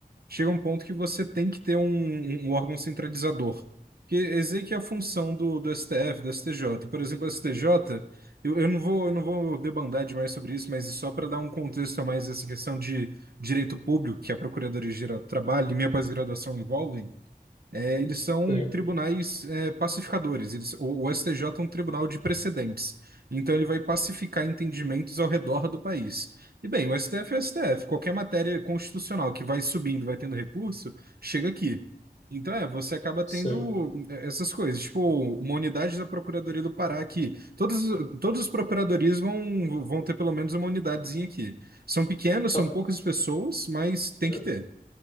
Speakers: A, on the right; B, on the left.
A: chega um ponto que você tem que ter um, um- um órgão centralizador. Que esse aí que é a função do, do STF, do STJ. Por exemplo, o STJ, eu, eu não vou, eu não vou debandar demais sobre isso, mas só para dar um contexto a mais essa questão de direito público que a Procuradoria-Geral do Trabalho e minha pós-graduação envolvem, é, eles são
B: sei,
A: tribunais é, pacificadores. Eles- o, o STJ é um tribunal de precedentes. Então ele vai pacificar entendimentos ao redor do país. E bem, o STF é o STF. Qualquer matéria constitucional que vai subindo, vai tendo recurso, chega aqui. Então é, você acaba tendo
B: sei.
A: é, essas coisas. Tipo, uma unidade da Procuradoria do Pará que todos, todos os procuradorias vão, vão ter pelo menos uma unidadezinha aqui. São pequenas,
B: Tá,
A: são poucas pessoas, mas tem
B: é,
A: que ter.